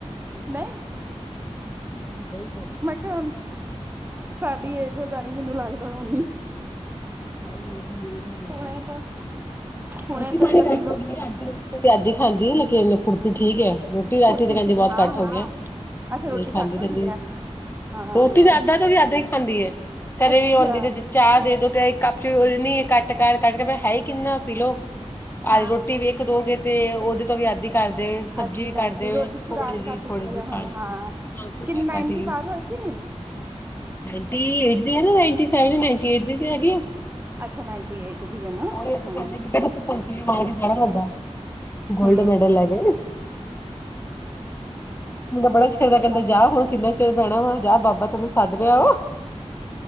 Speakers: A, on the right; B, on the left.
A: ਨਹੀਂ
B: ਹ ਬਿਲਕ <unintelligible>
A: ਮੈਂ ਕਿਹਾ ਹ ਸਾਡੀ ਏਜ ਹੋ ਜਾਣੀ ਮੈਨੂੰ ਲੱਗਦਾ ਓਨੀ
B: ਵ ਬਾਰੇ
A: ਹੁਣੇ ਤੋਂ ਹੁਣੇ
B: ਰੋਟੀ
A: ਤੋਂ
B: ਪਾਣੀ
A: ਹੀ ਅਸੀਂ
B: ਕ ਸਕ
A: ਲੋਕ
B: ਅੱ ਰ ਆਦੀ ਖਾਂਦੀ ਲੇਕਿਨ ਫੜਤੀ ਠੀਕ ਹੈ।
A: ਫੁਰਤੀ
B: ਅਠ ਦਿਨਾ
A: ਸੀ
B: ਵਿਚ ਬਹੁਤ
A: ਹਾਂ
B: ਘੱਟ ਹੋ
A: ਹਾਂ
B: ਗ
A: ਅੱਛਾ ਰੋਟੀ
B: ਨਹੀਂ ਖਾਂਦੀ,
A: ਘੱਟ
B: ਖਾਂਦੀ
A: ਹੋ ਗਈ ਹੈ ਹਾਂ
B: ਰੋਟੀ ਤਾਂ ਅੱਧਾਂ ਤੋਂ ਵੀ ਅੱਧਾਂ ਹੀ ਖਾਂਦੀ ਹੈ ਘਰੇ
A: ਅੱਛਾ
B: ਵੀ ਆਉਂਦੀ ਤੇ ਚਾਹ ਦੇ ਦੋ ਤੇ ਇੱਕ ਕੱਪ ਚ ਉਹ ਨੀ ਕੱਟ ਕਰ ਕੱਟ ਕਰ ਹੈ ਹੀ ਕਿੰਨਾ ਪੀਲੋ, ਆ
A: ਹਾਂ
B: ਰੋਟੀ ਵੀ ਇੱਕ ਦੋ ਗੇ ਤੇ ਉਹਦੇ ਤੋਂ ਵੀ ਅੱਦੀ ਕਰਦੇ ਸਬਜ਼ੀ
A: ਅੱਧੀ
B: ਵੀ
A: ਕਰਤੀ
B: ਕਰਦੇ।
A: ਰੋਟੀ
B: ਥੋੜੀ
A: ਖੁਰਾਕ
B: ਜਿਹੀ
A: ਘੱਟ
B: ਥੋੜੀ
A: ਗਈ
B: ਜਿਹੀ
A: ਆ
B: ਖਾਣੀ
A: ਹੁਣ, ਹਾਂ
B: ਹਾਂ ਕੱਟ
A: ਕਿੰਨੀ ਨਾਈਨਟੀ ਬਾਰ ਹੋਏ ਕਿ ਨੀ,
B: ਨਾਈਟੀ ਐਟ ਦੀ ਤਾ ਹੈ ਸੈਵਨ ਐਟ ਦੀ ਹੈਗੀ ਆ।
A: ਅੱਛਾ ਨਾਈਨਟੀ ਏਟ ਦੀ ਹੈ ਨਾ
B: ਉਹੀ ਇਥੇ
A: ਹਾਂ
B: ਕਹਿੰਦੇ ਜਾਣਾ ਲੱਦਾ। ਗੋਲਡ
A: ਹਾਂ
B: ਮੈਡਲ ਹੈਗੇ।
A: ਹਮ
B: ਬੜਾ ਛੇੜਦਾ
A: ਚੱਲ
B: ਕਹਿੰਦਾ ਜਾ ਹੁਣ, ਕਿੰਨਾ ਚਿਰ ਪੈਣਾ ਵਾ ਜਾ ਬਾਬਾ ਤੈਨੂੰ ਸੱਦ ਰਿਹਾ ਵ,